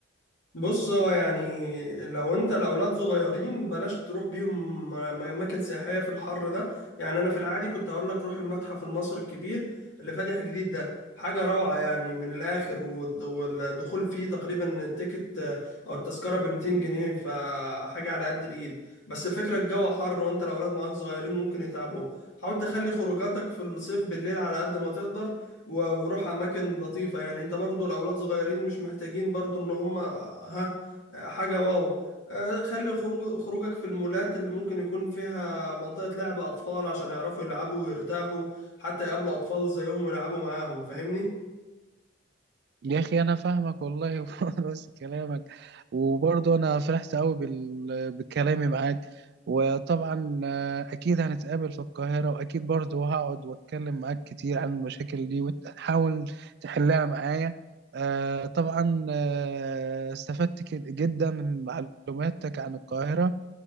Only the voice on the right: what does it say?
يا اخي انا فاهمك والله ونفس <laughs> كلامك وبرضه انا فرحت قوي بال... بكلامي معاك وطبعا آه، اكيد هنتقابل في القاهرة واكيد برضه هقعد واتكلم معاك كتير عن المشاكل دي وتحاول تحلها معايا آه، طبعا آه، استفدت ك- جدا من معلوماتك عن القاهرة